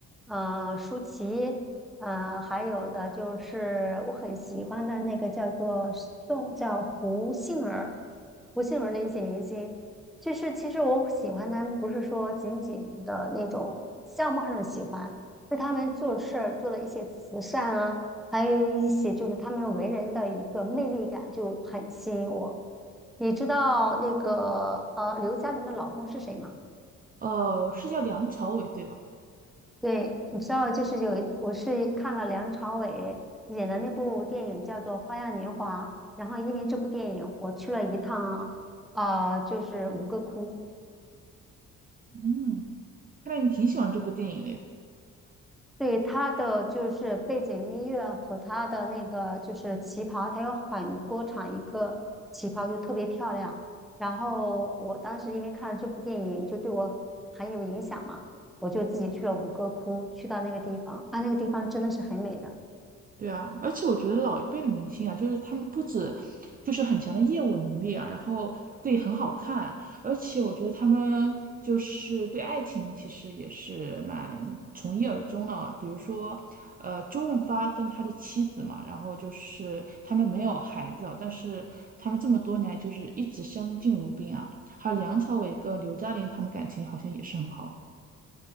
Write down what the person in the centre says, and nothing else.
呃，舒淇，呃，还有的就是我很喜欢的那个叫做宋，叫胡杏儿，胡杏儿的一些明星。就是其实我喜欢他们，不是说仅仅的那种相貌上的喜欢。是他们做事儿做的一些慈善啊，还有一些就是他们为人的一个魅力感就很吸引我。你知道那个呃刘嘉玲的老公是谁吗？
对，你知道就是有一我是看了梁朝伟演的那部电影叫做《花样年华》，然后因为这部电影我去了一趟啊，就是吴哥窟，
对他的就是背景音乐和他的那个就是旗袍，他有很多场一个旗袍就特别漂亮。然后我当时因为看了这部电影，就对我很有影响嘛，我就自己去了吴哥窟，去到那个地方啊，那个地方真的是很美的。